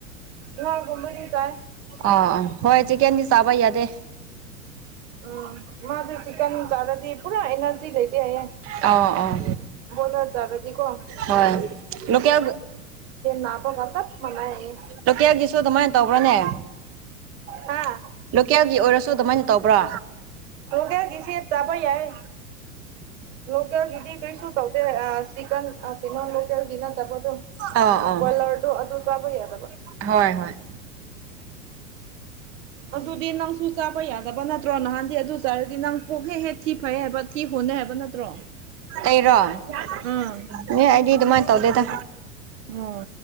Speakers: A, on the right; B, on the right.
A: ꯎꯍꯥꯒꯨꯝꯕꯗꯤ ꯆꯥꯏ
B: ꯑ ꯑ ꯍꯣꯏ ꯆꯦ ꯀꯗꯤ ꯆꯥꯕ ꯏꯌꯥꯗꯦ
A: ꯎꯝ ꯃꯥꯗꯨꯔꯤ ꯆꯤꯛꯟ ꯆꯔꯗꯤ ꯄꯨꯔꯥ ꯑꯦꯅꯔꯖꯤ ꯂꯩꯇ ꯑꯌꯦꯦ
B: ꯑ ꯑꯥ
A: ꯣꯂꯔ ꯆꯥꯒꯗꯤ ꯀꯣ
B: ꯍꯣꯏ ꯂꯣꯀꯦꯜ
A: ꯅꯥꯕꯒ ꯆꯞ ꯃꯥꯟꯅꯩ ꯍꯥꯏꯌꯦ
B: ꯂꯣꯀꯦꯜꯒꯤꯁꯨ ꯑꯗꯨꯃꯥꯏꯅ ꯇꯧꯕ꯭ꯔꯥꯅꯦ ꯍ
A: ꯑꯥ
B: ꯂꯣꯀꯦꯜꯒꯤ ꯑꯣꯏꯔꯁꯨ ꯑꯗꯨꯃꯥꯏꯅ ꯇꯧꯕ꯭ꯔꯥ
A: ꯍꯧꯒꯌꯥ ꯀꯁꯤ ꯇꯕ ꯌꯥꯏ ꯂꯣꯀꯦꯜ ꯤꯗꯤ ꯀꯔꯤ ꯁ ꯇꯧ ꯆ ꯅ ꯂꯣꯀꯦꯜꯤꯗ ꯇꯃꯗꯨ
B: ꯑꯥ ꯑꯥ
A: ꯃꯂꯔꯗ ꯑꯗꯨ ꯆꯕꯩꯔꯂ
B: ꯍꯣꯏ ꯍꯣꯏ
A: ꯑꯗꯨꯗꯤ ꯅꯪꯁꯨ ꯆꯥꯕ ꯌꯥꯗꯕ ꯅꯠꯇ꯭ꯔꯣ ꯅꯍꯥꯟꯗꯤ ꯑꯗꯨ ꯆꯥꯔꯗꯤ ꯅꯪ ꯄꯣꯛ ꯍꯦꯛ ꯍꯦꯛ ꯊꯤ ꯐꯩ ꯍꯥꯏꯕ ꯊꯤ ꯍꯨꯟꯅꯦ ꯍꯥꯏꯕ ꯅꯠꯇ꯭ꯔꯣ
B: ꯑꯩꯔꯣ ꯑꯦ
A: ꯑꯥ
B: ꯑꯩꯗꯤ ꯑꯗꯨꯃꯥꯏꯅ ꯇꯧꯗꯦꯗ
A: ꯑꯣ